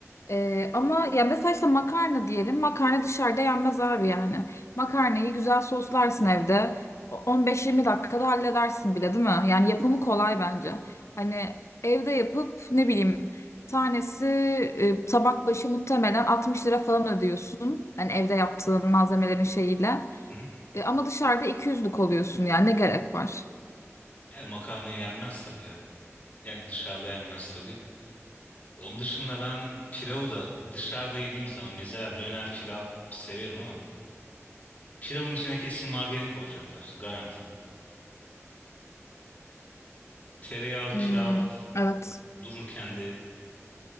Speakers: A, on the left; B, on the left.
A: Ee, ama ya mesela işte makarna diyelim. Makarna dışarıda yenmez abi yani. Makarnayı güzel soslarsın evde. O- 15-20 dakikada halledersin bile değil mi? Yani yapımı kolay bence. Hani evde yapıp ne bileyim tanesi e, tabak başı muhtemelen 60 lira falan ödüyorsun. Hani evde yaptığın malzemelerin şeyiyle.
B: Hı hı.
A: E, ama dışarıda 200'lük oluyorsun yani ne gerek var?
B: Yani makarna yenmez tabii ya. Yani dışarıda yenmez tabii. Onun dışında ben pilavı da dışarıda yediğim zaman mesela döner pilav severim ama pilavın içine kesin margarin koyacaklar garanti. Tereyağlı
A: Hmm,
B: pilav
A: evet.
B: dururken de